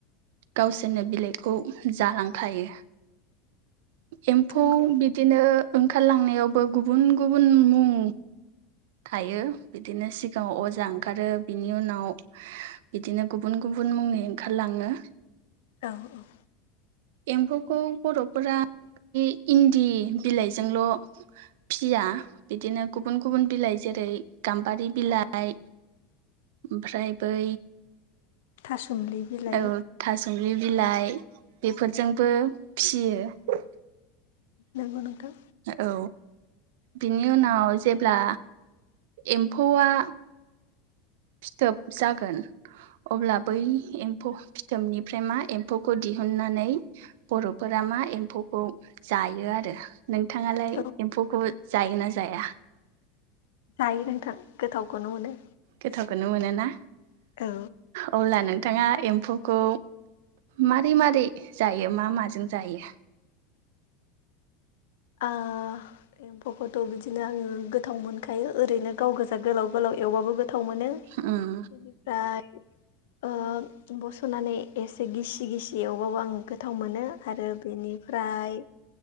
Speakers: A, on the right (about 70°); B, on the left (about 85°).
A: गावसोरनो बिलाइखौ जालांखायो एम्फौ
B: नंगौ
A: बिदिनो ओंखारलांनायावबो गुबुन गुबुन मुं थायो बिदिनो सिगाङाव अजा ओंखारो बिनि उनाव बिदिनो गुबुन गुबुन मुंनि ओंखारलाङनो
B: औ औ।
A: एम्फौखौ बर'फोरा इन्दि बिलाइजोंल' फिया बिदिनो गुबुन गुबुन बिलाइ जेरै गाम्बारि बिलाइ ओमफ्राय बै
B: थासुमलि बिलाइ
A: औ थासम दुब्लि बिलाइ बेफोरजोंबो फियो
B: नंगौ नोंथां
A: औ बिनि उनाव जेब्ला एम्फौआ फिथोब जागोन अब्ला बै एम्फौ फिथोबनिफ्राय मा एम्फौखौ दि दिहुननानै बर'फोरा मा एम्फौखौ जायो आरो नोंथाङालाय
B: औ
A: एम्फौखौ जायोना जाया
B: जायो रोंथां गोथावखौनो मोनो
A: गोथावखौनो मोनोोना
B: औ
A: अब्ला नों नथाङा एम्फौखौ मारोरै मारै जायो मा माजों जायो
B: आ एम्फौखौथ' बिदिनो आङो गोथाव मोनखायो ओरैनो गाव गोजा गोलाव गोलाव एवबाबो गोथाव मोनो
A: उम
B: बेनिफ्राय बस'नानै एसे गिसि गिसि एवबाबो आं गोथाव मोनो आरो बेनिफ्राय